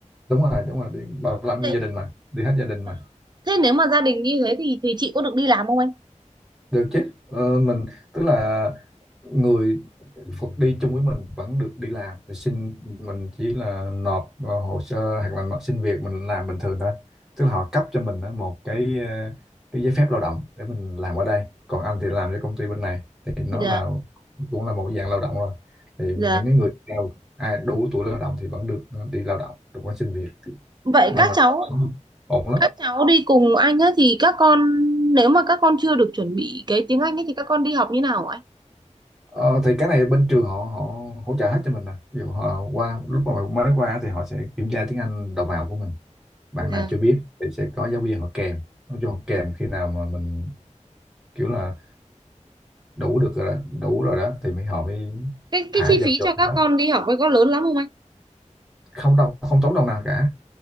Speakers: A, in the centre; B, on the right.
A: đúng rồi đúng rồi đi bảo lãnh
B: thế,
A: nguyên gia đình mà đi hết gia đình
B: ờ,
A: mà
B: thế nếu mà gia đình như thế thì thì chị có được đi làm không anh
A: được chứ ờ, mình tức là người phụ- đi chung với mình vẫn được đi làm thì xin mình chỉ là nộp vào hồ sơ hoặc là nộp xin việc mình làm bình thường thôi tức là họ cấp cho mình á, một cái ờ, cái giấy phép lao động để mình làm ở đây còn anh thì làm cho công ty bên này thì nó
B: dạ
A: là cũng là một cái dạng lao động rồi thì
B: dạ
A: những cái người nào ai đủ tuổi lao động thì vẫn được ờ, đi lao động được có xin việc
B: vậy
A: nên
B: các
A: là
B: cháu
A: ổn lắm
B: các cháu đi cùng anh á thì các con nếu mà các con chưa được chuẩn bị cái tiếng Anh ấy thì các con đi học như nào hả anh
A: Ờ, thì cái này bên trường họ họ hỗ trợ hết cho mình nè. Ví dụ họ qua lúc mà mới qua thì họ sẽ kiểm tra tiếng Anh đầu vào của mình. Bạn
B: dạ
A: nào chưa biết thì sẽ có giáo viên họ kèm. Nó cho họ kèm khi nào mà mình kiểu là đủ được rồi đó, đủ rồi đó thì mới họ mới
B: cái
A: thả
B: cái chi
A: vô
B: phí
A: vô
B: cho các
A: đó.
B: con đi học ấy có lớn lắm không anh
A: Không đâu không tốn đồng nào cả.